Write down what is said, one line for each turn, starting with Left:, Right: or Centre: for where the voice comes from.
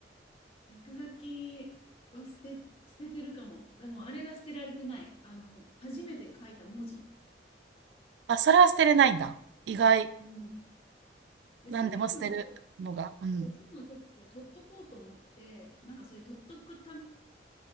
Left: 落書きは捨て、捨ててるかも。でも、あれが捨てられてない。あの、初めて書いた文字。
Right: あ、それは捨てれないんだ。意外。
Left: うん。で、
Right: 何でも捨てるのが。
Left: そういうのを、
Right: うん。
Left: そうそういうのをちょっとこう取っとこうと思って、なんかそういう取っとくため